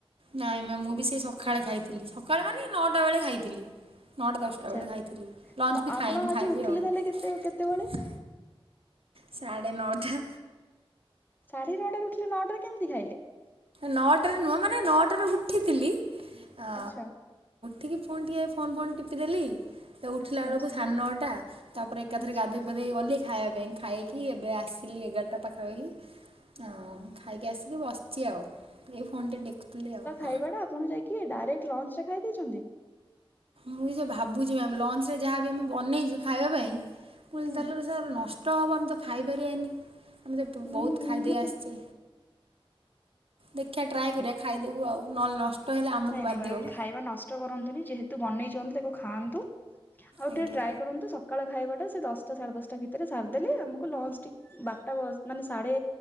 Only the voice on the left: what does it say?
ଆଚ୍ଛା
ନ
ଆପଣ
ଆଜି
ଉଠିଲେ
ତାହେଲେ କେତେ କେତେବେଳେ?
ସାଢେ ନଅଟାରେ ଉଠିଲ ନଅଟାରେ କେମିତି ଖାଇଲେ।
ଆଚ୍ଛା
ଆଚ୍ଛା
ଆଚ୍ଛା
ଆଚ୍ଛା।
ଖାଇବା ଟ ଆପଣ ଯାଇକି। କିଏ ଡାଇରେକ୍ଟ ଲଞ୍ଚ ରେ ଖାଇ ଦେଇେଇଛନ୍ତି।
ହୁଁ
ହୁଁ
ନିହାତି।
ଦେଖ
ନାଇଁ ନାଇଁ
ମ୍ୟାଡାମ ଖାଇବା ନଷ୍ଟ କରନ୍ତୁନି ଯେହେତୁ ବନେଇଛ ତାକୁ ଖାଆନ୍ତୁ ଆଉ
ତେବେ ଟ୍ରାଏ କରନ୍ତୁ ସ ସକାଳ ଖାଇବାଟା ସେ ଦଶଟା ସାଢେ ଦଶଟା ଭିତରେ ସାରିଦେଲେ ଆମକୁ ଲଞ୍ଚଟି ବାରଟା ମାନେ ସାଢେ